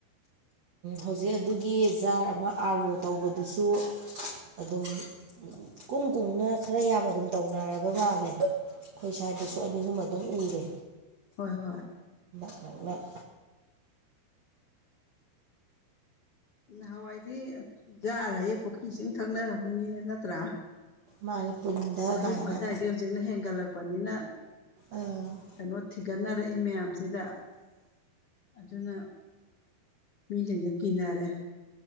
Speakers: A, on the right; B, on the left.
A: ꯍꯧꯖꯤꯛ ꯑꯗꯨꯒꯤ ꯖꯥꯔ ꯑꯃ ꯑꯥꯔ ꯑꯣ ꯇꯧꯕꯗꯨꯁꯨ ꯑꯗꯨꯝ__ ꯀꯨꯡ ꯀꯨꯡꯅ ꯈꯔ ꯌꯥꯝ ꯑꯗꯨꯝ ꯇꯧꯅꯔꯕ ꯃꯥꯜꯂꯦ ꯈꯣꯏ ꯁ꯭ꯋꯥꯏꯗꯁꯨ ꯑꯅꯤ ꯑꯍꯨꯝ ꯑꯗꯨꯝ ꯎꯔꯦ
B: ꯍꯣꯏ ꯍꯣꯏ
A: ꯅꯣꯛꯂꯛ
B: ꯅꯍꯥꯋꯥꯏꯗꯤ ꯖꯥꯔꯍꯥꯏꯌꯦ ꯄꯨꯈ꯭ꯔꯤ ꯏꯁꯤꯡ ꯊꯛꯅꯔꯃꯤꯅꯤꯅꯦ ꯅꯠꯇ꯭ꯔꯥ
A: ꯃꯥꯅꯦ ꯄꯨꯟꯗ
B: ꯃꯍꯤꯛ
A: ꯀꯥꯏꯅ
B: ꯃꯇꯥꯏꯖꯦ ꯍꯧꯖꯤꯛꯅ ꯍꯦꯟꯒꯠꯂꯛꯄꯅꯤꯅ
A: ꯑꯥ ꯎꯝ
B: ꯀꯩꯅꯣ ꯊꯤꯒꯠꯅꯔꯛꯏ ꯃꯥꯌꯥꯝꯖꯤꯗ ꯑꯗꯨꯅ ꯃꯤꯖꯤꯡꯖꯦ ꯀꯤꯟꯅꯔꯦ